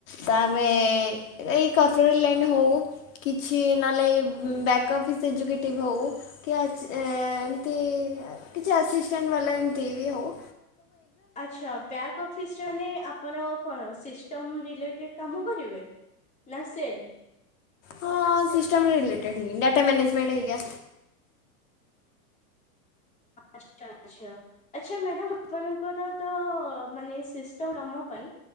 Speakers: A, on the left; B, on the left.
A: ତ ଆମେ ଏଇ କର୍ପୋରେଟ୍ ଲାଇନ ରେ ହୋଉ। କିଛି ନହେଲେ ବ୍ୟାକ୍ ଅଫିସ୍ ଏଜିକ୍ୟୁଟିଭ୍ ହଉ କି ଆଚ ଏ କି ଏମତି କିଛି ଆସିଷ୍ଟାଣ୍ଟ ବାଲା ଏମତି ବି ହୋଉ
B: ଆଛା ବ୍ୟାକ୍ ଅଫିସ୍ ମାନେ ଆପଣ କଣ ସିଷ୍ଟମ୍ ରିଲେଟେଡ୍ କାମ କରିବେ ବେ ନା ସେଲ୍
A: ହଁ ସିଷ୍ଟମ୍ ରିଲେଟେଡ୍ ହିଁ ଡାଟା ମାନେଜମେଣ୍ଟ ହେଇକା।
B: ଆଛା ଆଛା ଆଛା ମ୍ୟାଡ଼ାମ ଆପଣଙ୍କର ତ ମାନେ ସିଷ୍ଟମ୍ କାମ ପାଇଁ